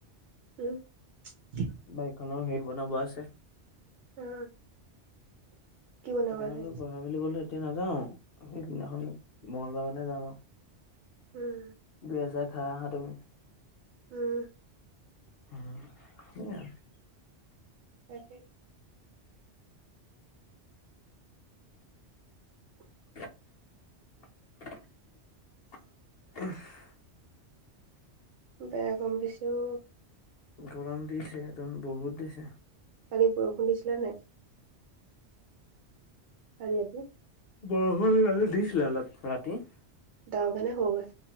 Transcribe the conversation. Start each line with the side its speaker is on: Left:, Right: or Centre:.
Right: উম <inaudible>
Left: বাইকখনৰ হেৰি বনাব আছে <unintelligible>
Right: আহ। কি বনাব
Left: সেইকাৰণে
Right: আছে
Left: গ়েল কলেও এতিয়া নাযাও সেইদিনাখন মঙলবাৰ মানে যাম আৰু <unintelligible>
Right: উম
Left: দুই আছা চাই খাই আহা তুমি
Right: উম
Left: হুম। ন <unintelligible>
Right: তাকে <unintelligible>
Left: <unintelligible> উম হ <unintelligible>
Right: বেয়া গৰম দিছে অও।
Left: গৰম দিছেটো বহুত দিছে।
Right: কালি বৰষুণ দিছিলে নাই। কালি ৰাতি
Left: বৰষুণ দিছিলে অলপ ৰাতি।
Right: ডাঙৰকে নে সৰুকে।